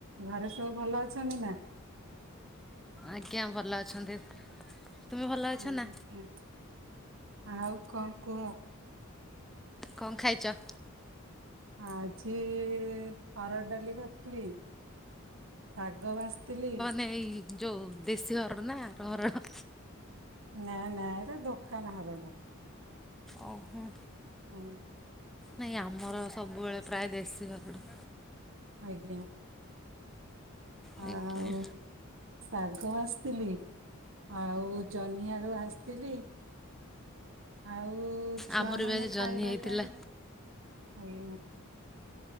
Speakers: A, on the right (about 65°); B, in the centre.
A: ଘରେ ସବୁ ଭଲ ଅଛନ୍ତି ନା?
B: ଆଜ୍ଞା ଭଲ ଅଛନ୍ତି। ତୁମେ ଭଲ ଅଛ
A: ଓହୋ
B: ନା
A: ଆଉ କଣ କୁହ?
B: କଣ ଖାଇଛ?
A: ଆଜି ହରଡ଼ ଡାଲି କରିଥିଲି। ଶାଗ ଭାସିଥିଲି।
B: ନେଇ ଯୋଉ ଦେଶୀ ହରଡ ନା <unintelligible> ହରଡ?
A: ନା ନା ଏଇଟା ଦୋକାନ ହରଡ।
B: ଓହୋ।
A: ହଉ।
B: ନାଇଁ ଆମର ସବୁବେଳେ ପ୍ରାୟ ଦେଶୀ ହରଡ।
A: ଆଜ୍ଞା।
B: ଆଜ୍ଞା
A: ଆଉ ଶାଗ ଭାଜିଥିଲି। ଆଉ ଜହ୍ନି ଆଳୁ ଭାଜିଥିଲି। ଆଉ ଛୁଆ
B: ଆମର
A: ମାନେ
B: ବି ଆଜି
A: ଖାଇବା
B: ଜହ୍ନି ହେଇଥିଲା
A: ପାଇଁ ଆଜ୍ଞା।